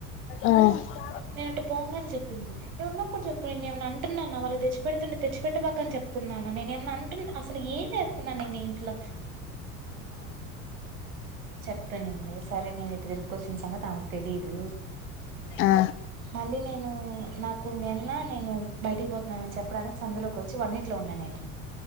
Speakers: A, on the left (about 30°); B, on the right (about 70°).
A: ఆ ఆ
B: నేన అట్టు పోగానే చెప్పింది నేను ఉన్నప్పుడు చెప్ప ఏమ అంటున్నాను వాళ్ళు తెచ్చిపెడుతుంటే తెచ్చిపెట్ <unintelligible> చెప్తున్నా నేను ఏమన్నా అంటున్నా అసల ఏం చేస్తున్నాను నేను ఈ ఇంట్లో చెప్తునుంది సరే నేను <unintelligible> తిరుకొచ్చిన సంగతి ఆమె తెలీదు
A: ఆ ఆ
B: మళ్ళీ నేను నాకు మీ అన్నా నేను బయటికి పోతున్నాన అని చెప్ ప్పుడానికి సందులోకి వచ్చి వాటా ఇంట్లో ఉన్నాను నేను